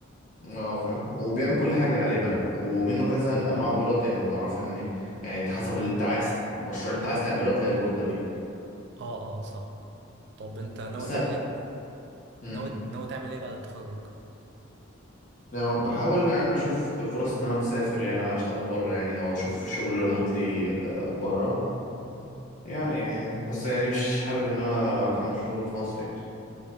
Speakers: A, on the left; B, on the right.
A: اه فاهم وبيعمل كل حاجة غالبا و- ومنه كذا انواع بورد يعني اللي اعرفه ان يعني انت حسب اللي انت عايز المشروع اللي انت عايز تعمله هتلاقي البوردة ليه
B: اه اه صح طب انت ناوي
A: بس
B: تعمل ايه
A: امم
B: ناوي ناوي تعمل ايه بعد التخرج
A: يعني بحاول يعني اشوف فرص ان انا مسافر يعني اشتغل بره يعني او اشوف شغل ريموتلي بره يعني بس يعني مش حابب ان انا اكمل شغل في مصر يعني